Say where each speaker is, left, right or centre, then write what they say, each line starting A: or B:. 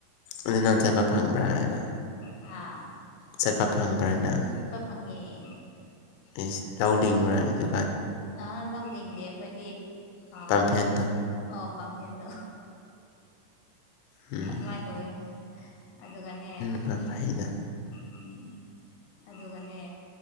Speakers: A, on the left; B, on the left.
A: ꯑꯗꯨ ꯅꯪ ꯆꯦꯠꯕ ꯐꯪꯕ꯭ꯔꯥ ꯍꯥꯏꯕ
B: ꯍꯥꯥ
A: ꯆꯠꯄ ꯐꯪꯕ꯭ꯔ ꯅꯪ
B: ꯐꯪꯉꯦ
A: ꯏꯁ ꯂꯧ ꯂꯤꯡꯕ꯭ꯔꯥ ꯑꯗꯨ
B: ꯑ ꯂꯧꯅꯤꯡꯗꯦ ꯑꯩꯈꯣꯏꯗꯤ ꯑ
A: ꯄꯥꯝꯐꯦꯟꯗꯣ
B: ꯑꯣ ꯄꯝꯄꯦꯟ ꯑꯗꯨ
A: ꯎꯝ
B: ꯑꯃꯥꯏ ꯇꯧꯋꯦ ꯑꯗꯨꯒꯅꯦ
A: ꯌꯥꯝ ꯐꯩꯗ
B: ꯎꯝ ꯑꯗꯨꯒꯅꯦ